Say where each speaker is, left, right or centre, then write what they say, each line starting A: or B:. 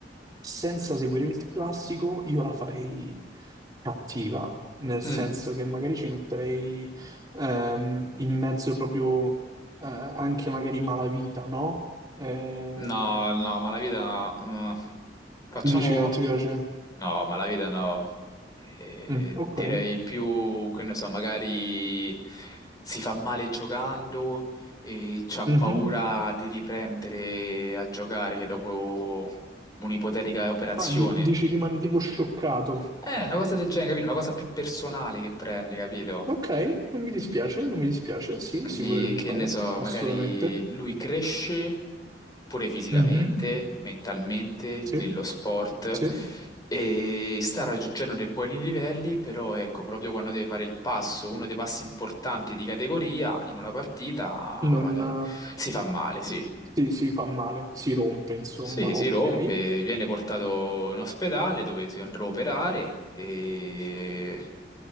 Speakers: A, on the right (about 20°); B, on the left (about 20°).
A: senza seguire il classico, io la farei cattiva, nel senso
B: Mm.
A: che magari ci metterei ehm, in mezzo proprio eh, anche magari malavita, no? Eh,
B: No, no, ma la vita no. facciamo...
A: dici che non ti piace?
B: No, ma la vita no. Eh,
A: Mm, ok.
B: direi più, che ne so, magari si fa male giocando e c'ha
A: Mhm.
B: paura di riprendere a giocare dopo un'ipotetica operazione.
A: Ah, di- dici rimani tipo scioccato.
B: Eh, una cosa del genere, capito? Una cosa più personale che prende, capito?
A: Ok, non mi dispiace, non mi dispiace, sì,
B: Quindi,
A: si potrebbe
B: che
A: fare,
B: ne so,
A: assolutamente.
B: magari lui cresce pure fisicamente,
A: Mhm,
B: mentalmente,
A: Sì,
B: nello sport
A: sì,
B: e sta raggiungendo dei buoni livelli, però ecco, proprio quando deve fare il passo, uno dei passi importanti di categoria in una partita,
A: non,
B: magari
A: eh,
B: si fa male, sì.
A: sì, si fa male, si rompe, insomma,
B: Sì, si
A: ok.
B: rompe, viene portato in ospedale dove si andrà a operare e,